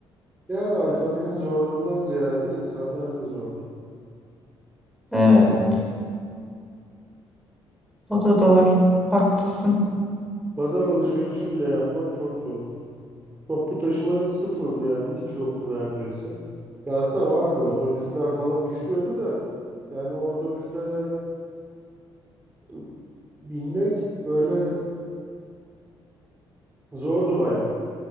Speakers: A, on the right (about 20°); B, in the centre.
A: Yani alfabenin zorluğundan ziyade insanlar da zordu.
B: Evet, o da doğru. Haklısın.
A: Pazar alışverişi bile yapmak çok zordu. Toplu taşıma sıfırdı yani hiç yoktu neredeyse. Ya aslında vardı otobüsler falan işliyordu da yani o otobüslere eee, binmek böyle zordu baya.